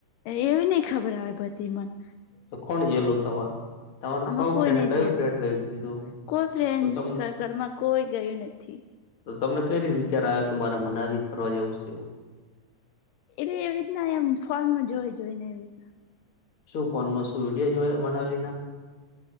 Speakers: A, on the left; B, on the left.
A: એવી નહી ખબર આવે. બધી મને
B: તો કોણ ગયેલું તમારે, તમારું
A: આમાં
B: કોણ
A: કોઈ
B: ફ્રેન્ડ
A: નઈ
B: કયું
A: જે
B: ફ્રેન્ડ કીધું.
A: કોઈ ફ્રેન્ડ
B: તો તમ
A: સર્કલમાં કોઈ ગયું નથી.
B: તો તમને કઈ રીતે વિચાર આવ્યો કે, મારે મનાલી ફરવા જેવું છે. એવું.
A: એટલે એવી રીતના એમ ફોર્નમાં જોઈ, જોઈ ને એવી રીતના.
B: શું ફોનમાં શું? વિડીયો જોયા તમે મનાલીના